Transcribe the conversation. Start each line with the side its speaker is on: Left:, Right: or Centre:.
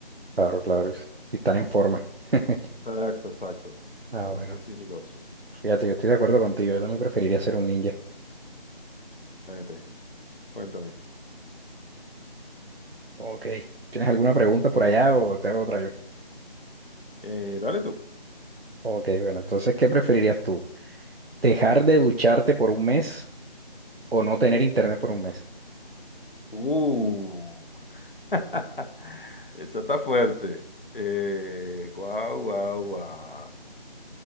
Right: claro, claro, es- están en forma. <laughs>
Left: Exacto, exacto.
Right: Ah,
Left: Son
Right: bueno,
Left: muy sigilosos.
Right: fíjate, yo estoy de acuerdo contigo, yo también preferiría ser un ninja.
Left: Excelente. Cuéntame.
Right: Ok, ¿tienes alguna pregunta por allá o te hago otra yo?
Left: Eh, dale tú.
Right: Ok, bueno, entonces, ¿qué preferirías tú? ¿Dejar de ducharte por un mes? o no tener internet por un mes.
Left: Uh. <laughs> Eso está fuerte. Eh, guau, guau, guau.